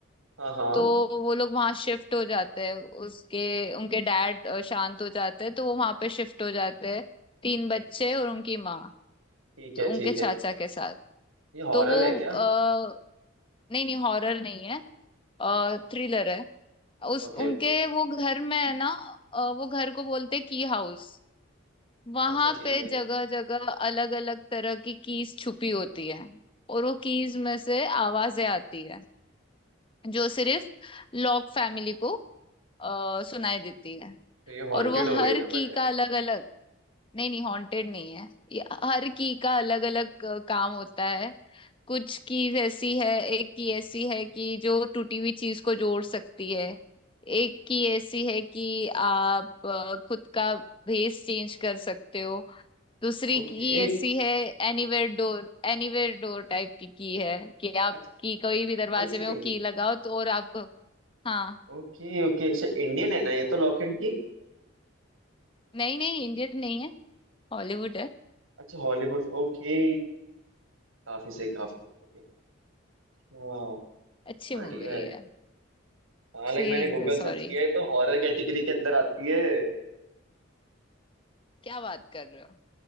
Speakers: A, on the right; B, on the left.
A: हाँ हाँ
B: तो वो लोग वहां शिफ्ट हो जाते हैं उसके उनके डैड अ, शांत हो जाते हैं तो वो वहां पे शिफ्ट हो जाते हैं तीन बच्चे और उनकी माँ
A: ठीक
B: तो
A: है
B: उनके
A: ठीक
B: चाचा
A: है
B: के साथ
A: ये हॉरर
B: तो वो
A: है क्या
B: आ, नहीं नहीं हॉरर नहीं है आ, थ्रिलर है उस
A: Okay
B: उनके
A: okay
B: वो घर में है ना अ, वो घर को बोलते की हाउस वहां
A: अच्छा ठीक
B: पे
A: है
B: जगह जगह अलग अलग तरह की कीज छुपी होती है और वो कीज में से आवाजें आती है जो सिर्फ लॉक फैमिली को आ, सुनाई देती है
A: तो ये हॉन्टेड
B: और वो
A: हो
B: हर
A: गई ना
B: की
A: बट
B: का अलग अलग नहीं नहीं हॉन्टेड नहीं है ये हर की का अलग अलग काम होता है कुछ चीज ऐसी है एक की ऐसी है कि जो टूटी हुई चीज को जोड़ सकती है एक की ऐसी है कि आप अ, खुद का भेस चेंज कर सकते हो दूसरी
A: ओके
B: की ऐसी है anywhere door anywhere door type की की है कि आप
A: अच्छा
B: की कोई भी दरवाजे
A: एक सेकेंड
B: में वो की लगाओ तो और आपको हाँ
A: Okay okay इंडियन है ना ये तो लॉक एंड की
B: नहीं नहीं इंडियन नहीं है हॉलीवुड है
A: अच्छा हॉलीवुड ओके काफी सही काफी ओके हाँ
B: अच्छी
A: बढ़िया
B: मूवी
A: है
B: है
A: हाँ लाइक
B: सीरीज
A: मैंने गूगल
B: है
A: सर्च
B: सॉरी
A: किया है तो हॉरर कैटेगरी के अंदर आती है
B: क्या बात कर रहे हो